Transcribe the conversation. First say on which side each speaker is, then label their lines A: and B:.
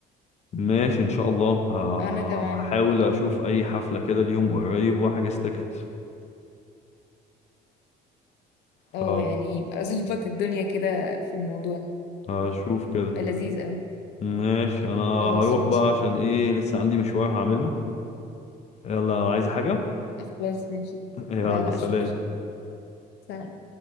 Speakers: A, on the left (about 40°); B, on the left (about 85°).
A: ماشي ان شاء الله ه-
B: انا كمان
A: هحاول
B: والله
A: اشوف اي حفلة كده اليوم قريب واحجز تيكت
B: اه
A: ف
B: يعني يبقى ظبط الدنيا كده في الموضوع
A: هشوف كده
B: يبقى لذيذ اوي
A: ماشي انا
B: خلاص
A: هروح
B: ماشي
A: بقى
B: طب
A: عشان ايه لسه عندي مشوار هعمله يلا عايز حاجة
B: خلاص ماشي طب
A: <laughs> يلا
B: لا لا
A: سلام
B: شكرا سلام